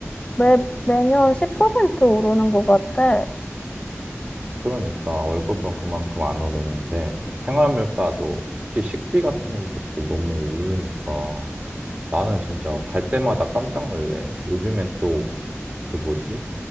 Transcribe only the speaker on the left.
매, 매년 10% 오르는 것 같아.